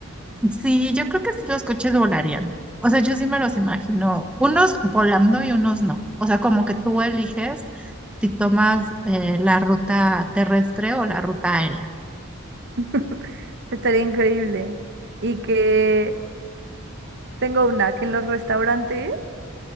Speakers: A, in the centre; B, on the right (about 55°).
A: Sí, yo creo que sí los coches volarían. O sea, yo sí me los imagino, unos volando y unos no. O sea, como que tú eliges si tomas eh, la ruta terrestre o la ruta aérea.
B: <laughs> Estaría increíble. Y que tengo una, que en los restaurantes,